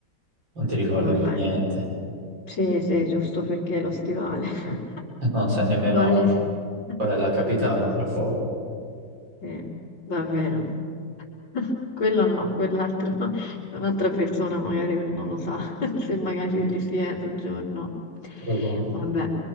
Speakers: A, on the right; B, on the left.
A: non ti ricordi
B: va
A: più
B: bene.
A: niente.
B: Sì, sì, giusto perché lo stivale.
A: Non sai
B: <laughs>
A: nemmeno
B: Quale? <laughs>
A: qual è la capitale
B: Eh,
A: tra poco.
B: sì, davvero. <laughs> Quello no, quell'altro, <laughs> un'altra
A: <laughs>
B: persona magari non lo sa, <laughs> se magari li siede un giorno.
A: Probabile.
B: Vabbè,